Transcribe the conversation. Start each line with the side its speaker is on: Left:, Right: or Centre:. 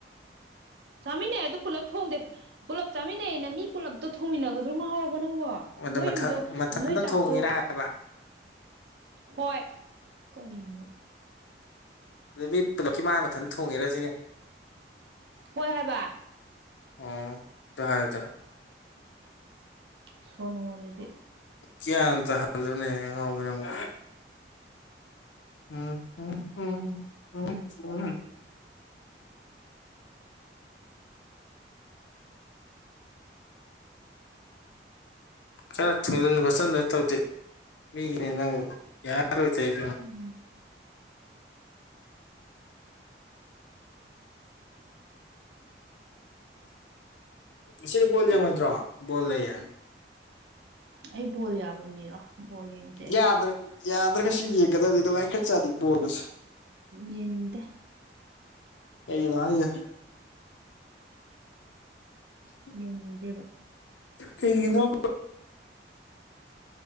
Right: ꯆꯥꯃꯤꯟꯅꯩ ꯑꯗꯨ ꯄꯨꯂꯞ ꯊꯣꯡꯗꯦ ꯄꯨꯂꯞ ꯆꯥꯃꯤꯟꯅꯩꯩꯅ ꯃꯤ ꯄꯨꯂꯞꯇꯣ ꯊꯣꯡꯃꯤꯟꯅꯒꯗ ꯑꯗꯨ ꯉꯥꯎꯔꯕꯣ ꯅꯪꯕꯣ
Left: ꯑꯗ
Right: ꯅꯣꯏ
Left: ꯃꯊꯟ
Right: ꯌꯨꯝꯗꯣ
Left: ꯃꯊꯟꯇ
Right: ꯅꯣꯏ ꯆꯥꯛꯇꯣ
Left: ꯊꯣꯡꯉꯦꯅ ꯍꯥꯏꯕ
Right: ꯍꯣꯏ ꯀꯔꯤꯅꯣ
Left: ꯑꯗꯨ ꯃꯤ ꯄꯨꯂꯞꯀꯤ ꯃꯥ ꯃꯊꯟ ꯊꯣꯡꯉꯤꯔ ꯁꯤꯅꯤ
Right: ꯍꯣꯏ ꯍꯥꯏꯕ
Left: ꯑꯣ ꯇ ꯍꯥꯏꯗꯔ
Right: ꯁꯣꯅꯣ ꯖꯤꯗꯤ
Left: ꯀ꯭ꯌꯥꯟ ꯇꯥꯍꯜꯂꯨꯅꯦ ꯑꯉꯥꯎꯕꯤ ꯅꯪꯕꯣ ꯎ ꯍ ꯍ ꯍ ꯍ ꯈꯔ ꯊꯣꯡꯖꯤꯟ ꯈꯣꯠꯆꯟꯗ ꯇꯧꯗꯦ ꯃꯤꯅꯦ ꯅꯪꯕꯨ ꯌꯥꯔꯣꯏ ꯇꯩꯗꯨꯒ
Right: ꯎꯝ
Left: ꯉꯁꯤ ꯕꯣꯜ ꯌꯦꯡꯉꯣꯏꯗ꯭ꯔꯣ ꯕꯣꯜ ꯂꯩꯌꯦ
Right: ꯑꯩ ꯕꯣꯜ ꯌꯥꯕ ꯃꯤꯔꯣ ꯕꯣꯜ ꯌꯦꯡꯗꯦ ꯑꯩ
Left: ꯌꯥꯗ꯭ꯔ ꯌꯥꯗ꯭ꯔꯒꯁꯨ ꯌꯦꯡꯒꯗꯕꯅꯤ ꯅꯨꯡꯉꯥꯏꯈ꯭ꯔꯖꯥꯠꯅꯤ ꯕꯣꯜ ꯑꯁꯦ
Right: ꯌꯦꯡꯅꯤꯡꯗꯦ
Left: ꯀꯩꯒꯤꯅꯣ ꯍꯥꯏꯖꯦ <inaudible>
Right: ꯌ‌ꯦꯡꯅꯤꯡꯗꯦꯕ
Left: ꯀꯩꯒꯤꯅꯣ